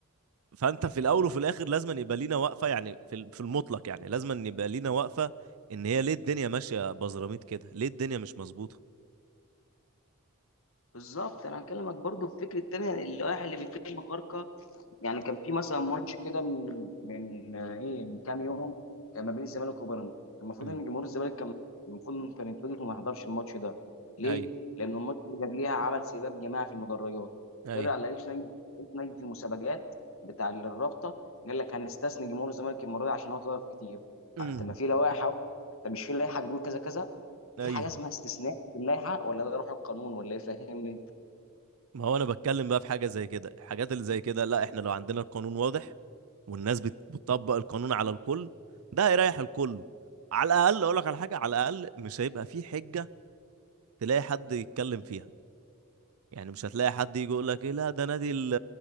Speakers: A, on the right (about 80°); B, on the left (about 70°).
A: فانت في الاول وفي الاخر لازم يبقى لينا واقفه يعني في ال- في المطلق يعني لازم يبقى لينا واقفه ان هي ليه الدنيا ماشيه بزراميط كده ليه الدنيا مش مظبوطه
B: بالظبط انا هكلمك برضو في فكره تانية اللوائح اللي بيتم خرقها يعني كان في مثلا ماتش كده من من آه، ايه من كام يوم كان ما بين الزمالك وبيراميدز المفروض
A: امم
B: ان جمهور الزمالك كان المفروض انه كان يتوجه وما يحضرش الماتش ده ليه؟
A: ايوه
B: لان الماتش اللي قبليها عمل سباب جماعي في المدرجات
A: ايوه
B: طلع رئيس لجنه رئيس لجنه المسابقات بتاع الرابطه قال لك هنستثني جمهور الزمالك المره دي عشان هو طلب كتير
A: امم
B: آه، طب ما في لوائح أهو. طب مش في لائحه بتقول كذا كذا في
A: ايوه
B: حاجه اسمها استثناء في اللائحه ولا ده روح القانون ولا ايه فاهمني؟
A: ما هو انا بتكلم بقى في حاجه زي كده الحاجات اللي زي كده لا احنا لو عندنا القانون واضح والناس بت- بتطبق القانون على الكل ده هيريح الكل على الاقل اقول لك على حاجه على الاقل مش هيبقى في حجه تلاقي حد يتكلم فيها يعني مش هتلاقي حد يجي يقول لك ايه لا ده نادي ال-